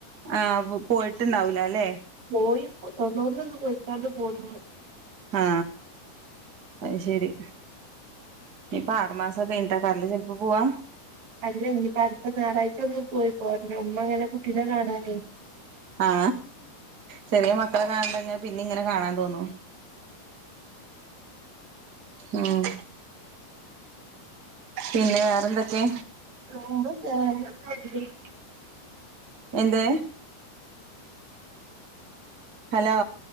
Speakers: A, on the right (about 75°); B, on the right (about 45°).
A: ആഹ് പോയിട്ടുണ്ടാവല ല്ലെ
B: പോയി തൊണ്ണൂറിന്ന് പോയിക്കാണ്ട് പോന്നു
A: ആ അ ശരി ഇനി ആറ് മാസം കയിഞ്ഞി ട്ടാക്കറല്ലേ ഗൾഫ് പോവാ
B: അല്ല ഇനിപ്പോ അടുത്ത ഞായറാഴ്ച ഒന്ന് പോയി പോര അമ്മ അങ്ങനെ കുട്ടീനെ കാണാനെ
A: ആ ചെറിയ മക്കളെ കാണണ്ടെങ്കി പിന്നിം ഇങ്ങനെ കാണാൻ തോന്നും
B: <inaudible>
A: ഉം പിന്നെ വേറെന്തൊക്കെ
B: <unintelligible>
A: എന്ത് ഹലോ